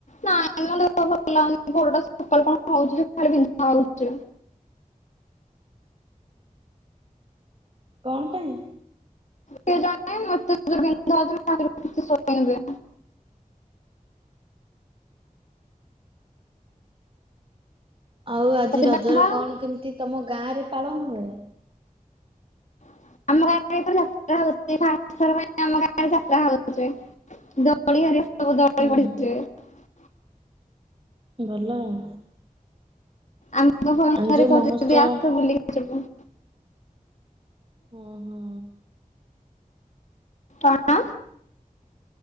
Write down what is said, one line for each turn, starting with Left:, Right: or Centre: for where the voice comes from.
Left: ନାଇ ମୋ ଦେହଟା ଭଲ ଲାଗୁନି ଗୋଡ଼ଟା ସକାଳୁ କଣ ହୋଇଛି ଯେ ଖାଲି ବିନ୍ଧା ହୋଉଛି।
Right: କଣ ପାଇଁ?
Left: କେଜାଣି ଏତେ ଜୋରେ ବିନ୍ଧା ହୋଉଛି ମୁ <inaudible> ସୋଇନି ଯେ।
Right: ଆଉ ଆଜି
Left: ସେଥିପାଇଁ
Right: ରଜରେ
Left: ବା
Right: କଣ କେମିତି ତମ ଗାଁ ରେ? ପାଳନ୍ ହୁଏ।
Left: <inaudible> ସବୁ ଦୋଳି ପଡ଼ିଚି।
Right: ହୁଁ ଭଲ ଆଉ।
Left: ଆମକୁ ଫୋନ୍
Right: ମାନେ
Left: କରିକି
Right: ଯୋଉ
Left: କହୁଛନ୍ତି
Right: ମହୋତ୍ସବ
Left: ଆସେ ବୁଲିକି ଯିବୁ।
Right: ହଁ ହଁ
Left: କଣ?